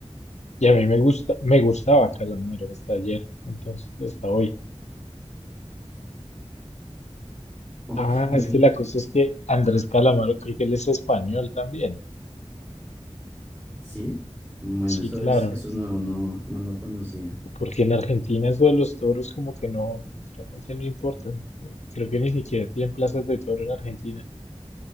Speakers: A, on the left; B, in the centre.
A: Y a mí me gusta, me gustaba Calamaro hasta ayer, entonces, hasta hoy.
B: Ok,
A: Ah,
B: <laughs>
A: es que la cosa es que Andrés Calamaro, creo que él es español también.
B: Sí, bueno,
A: Sí,
B: eso
A: claro,
B: es, eso es nuevo, no, no lo conocía.
A: porque en Argentina eso de los toros como que no, realmente no importa. Creo que ni siquiera tienen plazas de toro en Argentina.